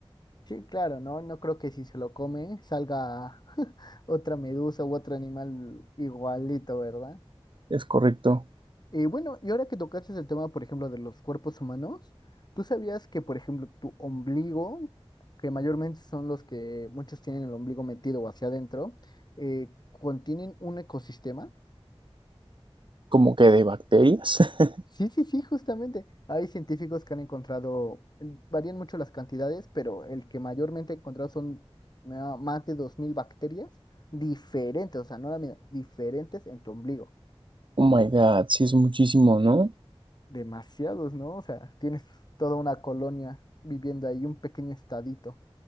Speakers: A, on the left (about 45°); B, on the right (about 55°).
A: Sí, claro, ¿no? No creo que si se lo come salga <laughs> otra medusa u otro animal igualito, ¿verdad?
B: Es correcto.
A: Y bueno, y ahora que tocaste el tema, por ejemplo, de los cuerpos humanos, ¿tú sabías que, por ejemplo, tu ombligo, que mayormente son los que muchos tienen el ombligo metido o hacia adentro, eh, contienen un ecosistema?
B: como que de bacterias. <laughs>
A: Sí, sí, sí, justamente. Hay científicos que han encontrado, varían mucho las cantidades, pero el que mayormente he encontrado son ah, más de 2.000 bacterias diferentes, o sea, no la misma, diferentes en tu ombligo.
B: Oh my God, sí es muchísimo, ¿no?
A: demasiados, ¿no? O sea, tienes toda una colonia viviendo ahí, un pequeño estadito,